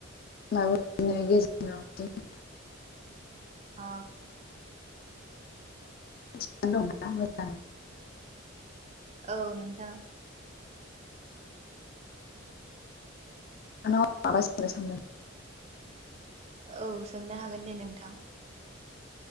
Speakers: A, on the left; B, on the right.
A: माबा बिदिनो गेजेराव बिदि
B: अ
A: <unintelligible>
B: औ नोंथां।
A: नोंथांआव आ माबा सोंनो सानदों।
B: औ सोंनो हागोन दे नोंथां।